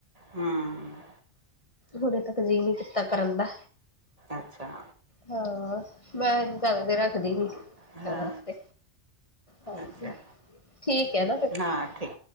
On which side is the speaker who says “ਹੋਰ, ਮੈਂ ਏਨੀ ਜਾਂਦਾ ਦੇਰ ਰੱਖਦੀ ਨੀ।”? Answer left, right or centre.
Left